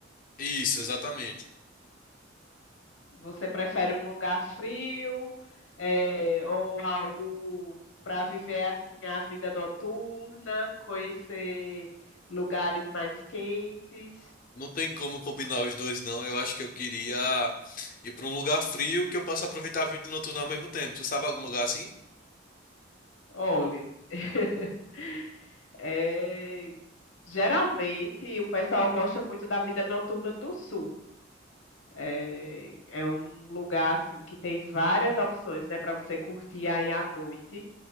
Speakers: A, on the left; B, on the left.
A: Isso, exatamente.
B: Você prefere um lugar frio, eh, ou algo para viver assim a vida noturna, conhecer lugares mais quentes?
A: Não tem como combinar os dois, não. Eu acho que eu queria ir para um lugar frio que eu possa aproveitar a vida noturna ao mesmo tempo. Tu sabe algum lugar assim?
B: Olhe. <laughs> É, geralmente o pessoal gosta muito da vida noturna do sul. É, é um lugar assim que tem várias opções, né, para você curtir aí à noite,